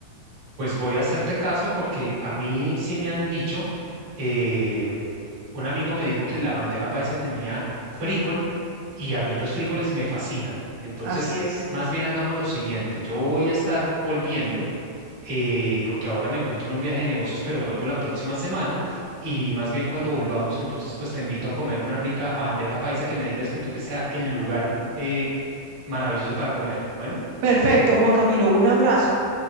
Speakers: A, on the right; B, on the right.
A: Pues voy a hacerte caso porque a mí sí me han dicho, em, un amigo me dijo que la bandeja paisa tenía frijol y a mí los frijoles me fascinan. Entonces,
B: Así es.
A: más bien hagamos lo siguiente, yo voy a estar volviendo eh, porque ahora me encuentro en un viaje de negocios, pero vuelvo la próxima semana y más bien cuando volvamos, entonces pues te invito a comer una rica bandeja paisa que me digas que tú que sea el lugar eh, maravilloso para comer. Bueno,
B: Perfecto, Juan Camilo, un abrazo.